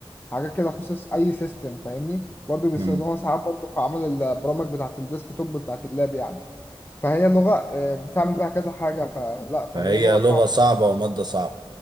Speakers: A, on the left; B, on the right.
A: حاجات كده تخص اي سيستم فاهمني برضو بيستخدموها
B: مم.
A: ساعات برضو في عمل البرامج بتاعه الديسك توب بتاعه اللاب يعني فهي لغه آه، بتعمل بيها كذا حاجه فلا فهي
B: فهي
A: لغه
B: لغة
A: صعبه
B: صعبة ومادة صعبة